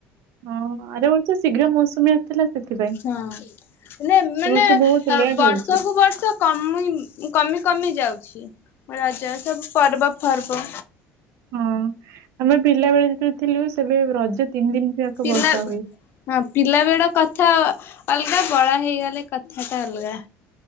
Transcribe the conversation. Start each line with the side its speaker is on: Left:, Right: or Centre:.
Right: ହଁ ଆର ବର୍ଷ ଶୀଘ୍ର ମୌସୁମୀ ଆସ ଥିଲା ସେଥିପାଇଁ
Left: ହଁ ମ ମାନେ
Right: ଏ ବର୍ଷ ବହୁତ ଲେଟ୍
Left: ବର୍ଷକୁ
Right: ହଉଛି
Left: ବର୍ଷ କମି କମି କମି ଯାଉଛି ରଜ ସବୁ ପର୍ବ ପର୍ବ
Right: ହଁ ଆମେ ପିଲା ବେଳେ ଯେତେ ଥିଲୁ ସେବେ ରଜ ତିନି ଦିନ ଯାକ
Left: ପିଲା
Right: ବର୍ଷା ହୁଏ
Left: ହଁ ପିଲା କଥା ଅଲଗା ବଡ ହେଇଗଲେ କଥା ଟା ଅଲଗା